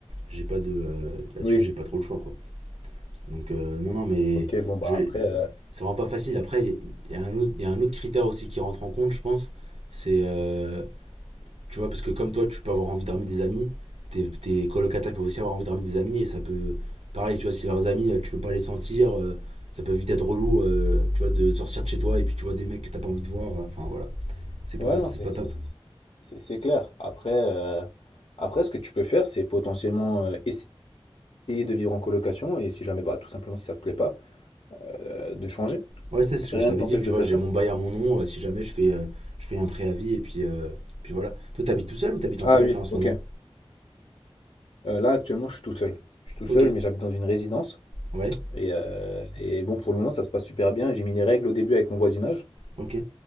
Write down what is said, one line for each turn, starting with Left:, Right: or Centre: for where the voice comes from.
Right: j'ai pas de... euh, Là-dessus
Left: Oui.
Right: j'ai pas trop le choix quoi. Donc euh, non, non mais...
Left: Ok, bon, bah
Right: Je,
Left: après. euh,
Right: C'est vraiment pas facile. Après, il y, a un autre- y a un autre critère aussi qui rentre en compte, je pense. C'est, euh, tu vois, parce que comme toi, tu peux avoir envie de ramener des amis, tes, tes colocataires peuvent aussi avoir envie de ramener des amis, et ça peut, pareil, tu vois, si leurs amis, euh, tu peux pas les sentir, euh, ça peut vite être relou, euh, tu vois, de sortir de chez toi, et puis tu vois des mecs que t'as pas envie de voir, euh, enfin voilà, c'est
Left: Ouais,
Right: pas, c'est
Left: non, c'est
Right: pas
Left: c'est-
Right: top.
Left: c'est- c'est- c'est- c'est clair. Après, euh, après, ce que tu peux faire, c'est potentiellement euh, essayer Essayer de vivre en colocation et si jamais, bah, tout simplement, si ça te plaît pas, heu, de changer.
Right: Ouais, ça, c'est ce que
Left: Rien
Right: je t'avais
Left: ne t'empêche
Right: dit, tu
Left: de
Right: vois,
Left: faire
Right: j'ai
Left: ça.
Right: mon bail à mon nom, euh, si jamais je fais, euh, je fais un préavis, et puis, euh, puis voilà. Toi, t'habites tout seul ou t'habites en
Left: Ah
Right: coloc
Left: oui,
Right: là en ce
Left: OK.
Right: moment?
Left: Heu, là, actuellement, je suis tout seul. Je suis tout
Right: Ok,
Left: seul, mais j'habite dans une résidence
Right: ouais,
Left: et heu et bon, pour le moment, ça se passe super bien. J'ai mis les règles au début avec mon voisinage,
Right: ok.